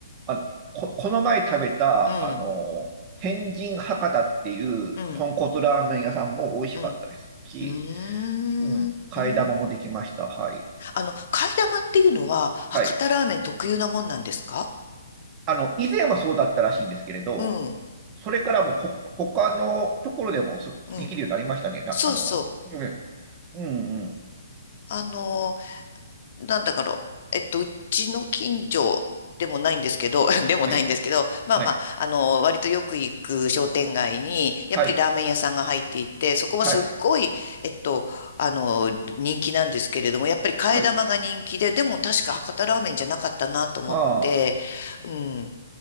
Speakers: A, on the right (about 20°); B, on the left (about 50°).
A: あ、こ、この前食べた、
B: うん。
A: あの、天神博多っていう豚骨ラーメン屋さんも美味しかったですし、
B: うん。うん。うーん。
A: うん、替え玉もできました。
B: うん。
A: はい。
B: あの、替え玉っていうのは、博多ラーメン特有なもんなんですか
A: はい。あの、以前はそうだったらしいんですけれど、
B: うん。
A: それからもうほ、他のところでもすできるようになりましたね。
B: うん。
A: なあの、
B: そうそう。
A: うん、うん、うん。
B: あのーなんだかろう、えっと、うちの近所でもないんですけど、<laughs> でもないんですけど、
A: はい、
B: まあまあ、
A: はい、
B: あの、割とよく行く商店街に、やっぱりラーメン屋さんが入っていて、
A: はい、
B: そこもすっごい、
A: はい、
B: えっと、あの、人気なんですけれども、やっぱり替え玉が人気で、
A: はい。
B: でも確か博多ラーメンじゃなかったなと思って、
A: ああ、
B: うん、